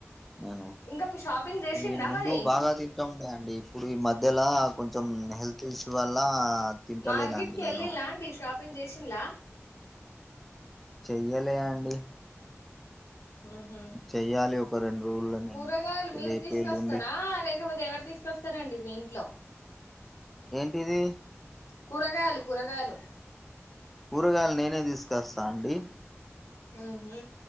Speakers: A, in the centre; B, on the left.
A: నేను
B: ఇంకా మీ షాపింగ్ చేసిందా
A: ఇ ముందు
B: మరి
A: బాగా తింటా ఉండేయండి ఇప్పుడు ఈ మధ్యలా కొంచెం హెల్త్ తీల్సు వల్ల తింటలేనండి
B: మార్కెట్ కి
A: నేను
B: వెల్లిలా అండి షాప్ షాపింగ్ జేసిలా
A: చెయ్యాలే అండి
B: హ్మ్ హు
A: చెయ్యాలి ఒక రెండు రోజుల్లో నేను
B: కూరగాయలు మీరు
A: రేపు
B: తీసుకొస్తారా
A: ఎల్లుండి
B: లే ఎవరు ఎవరు తీసుకొస్తారండి మీ ఇంట్లో
A: ఏంటిది
B: కూరగాయలు కూరగాయలు
A: కురగాయలు నేనే తీసుకొస్తా అండి
B: హ్మ్ హు